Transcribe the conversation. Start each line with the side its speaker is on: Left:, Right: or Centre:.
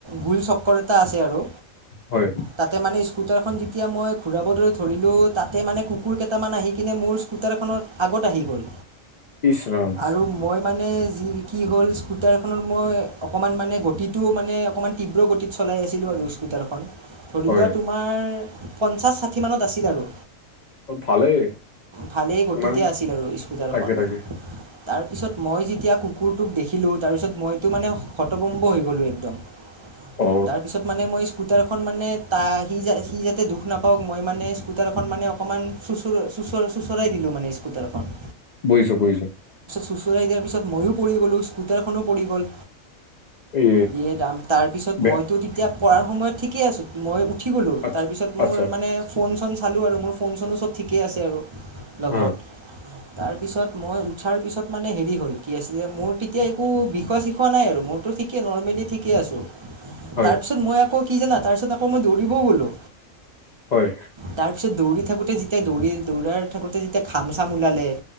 Right: গোল চক্কৰ এটা আছে আৰু।
Left: হয়
Right: তাতে মানে ইচ স্কুটাৰখন যেতিয়া মই ঘূৰাবলে ধৰিলোঁ তাতে মানে কুকুৰ কেইটামান আহি কিনে মোৰ স্কুটাৰখনৰ আগত আগত আহি গ'ল।
Left: ইচৰাম
Right: আৰু মই মানে মানে কি হ'ল স্কুটাৰখনত মই অকমান মানে গতিটো অকমান তীব্ৰ গতিত চলাই আছিলোঁ আৰু স্কুটাৰখন ধৰি
Left: হয়
Right: লোৱা তোমাৰ পঞ্চাছ ষাঠি মানত আছিল আৰু।
Left: অ, ভালেই
Right: ভালে গতিতে
Left: মানে
Right: আছিল আৰু স্কুটাৰখন।
Left: তাকে তাকে
Right: তাৰপিছত মই যেতিয়া কুকুৰটোক দেখিলোঁ তাৰপিছত মইতো মানে হতভম্ব হৈ গ'লোঁ একদম।
Left: অ
Right: তাৰ পিছত মানে মই স্কুটাৰ খন মানে তা সি - সি যাতে দুখ নাপাওক মই মানে স্কুটাৰ খন মানে অকমান চুচ-চুচ চুৰৰাই দিলো মানে স্কুটাৰখন।
Left: বুইছো-বুইছো।
Right: চুঁচৰাই দিয়াৰ পিছত ময়ো পৰি গ'লোঁ স্কুটাৰখনো পৰি গ'ল।
Left: এই
Right: ইয়ে ৰাম! তাৰ পিছত?
Left: বে
Right: মইতো তেতিয়া পঢ়াৰ সময়ত ঠিকেই আছো মই উঠি গ'লো
Left: আচ্ছা
Right: তাৰপিছত মোৰ
Left: আচ্ছা
Right: মানে ফন চন খালোঁ আৰু মোৰ ফোন চোনো চব ঠিকেই আছে আৰু লগত।
Left: অ
Right: তাৰপিছত মই উঠাৰ পিছত মানে হেৰি হ'ল কি আছিলে মোৰ তেতিয়া একো বিষোৱা চিখোৱা নাই আৰু মোৰতো ঠিকে নৰমেলি ঠিক আছো,
Left: হয়
Right: তাৰ পিছত মই আকৌ কি জানা তাৰ পিছত আকৌ মই দৌৰিবও গলো।
Left: হয়
Right: তাৰ পিছত দৌৰি থাকোতে যেতিয়া দৌৰি দৌৰাই থাকোতে যেতিয়া খাম চাম ওলালে